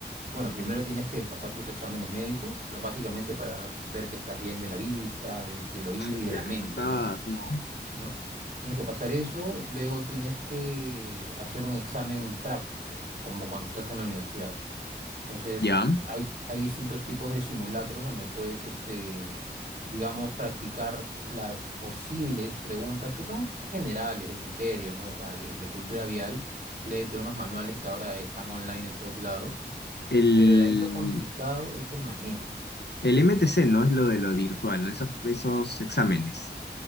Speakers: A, on the right; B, on the left.
A: Bueno, primero tienes que pasar tus exámenes médicos, o sea, básicamente para ver que estás bien de la vista, del, del oído y
B: ¿Verdad?
A: de la mente, ¿no?
B: No.
A: ¿No? Tienes que pasar eso, luego tienes que hacer un examen práctico, como cuando estás en la universidad. Entonces,
B: Ya.
A: hay, hay distintos tipos de simulacros donde puedes, este, digamos, practicar las posibles preguntas que son generales de criterio, ¿no? O sea, de, de cultura vial. Léete unos manuales que ahora están online en todos lados
B: El,
A: pero de ahí lo complicado es el manejo,
B: el MTC,
A: ¿no? Por-
B: ¿no? Es lo de lo virtual, ¿no? Esos, esos exámenes.